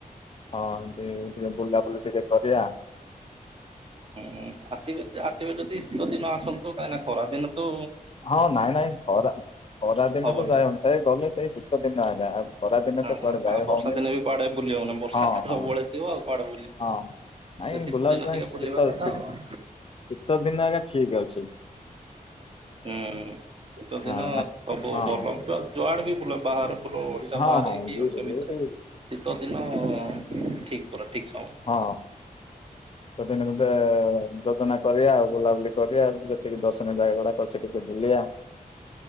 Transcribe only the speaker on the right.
ହୁଁ ଆସିବେକି ଆସିବେ ଯଦି ଶୀତ ଦିନ ଆସନ୍ତୁ କାହିଁକିନା ଖରା ଦିନ କୁ
ହବନି
ହଁ
ଆଉ ବର୍ଷା
ଦିନେ ବି କୁଆଡେ ବୁଲି ହବନି ବର୍ଷା
ତ
ସବୁବେଳେ ଥିବ ଆଉ କୁଆଡେ ବୁଲି
ସେ ଶୀତ
ଦିନ
ଟିକେ
ବୁଲିବା କଥା
ଆଉ
ହୁଁ।
ହୁଁ ଶୀତ
ଦିନ
ସବୁ
ଭଲ ଜୁ ଯୁଡେ ବି ବୁଲ ବାହରେ ଭଲ ଓଡିଶା
ବାହାରେ
କି
ଓଡିଶା
ଭିତରେ ଶୀତ ଦିନ ଠିକ ପରା ଠିକ ସମୟ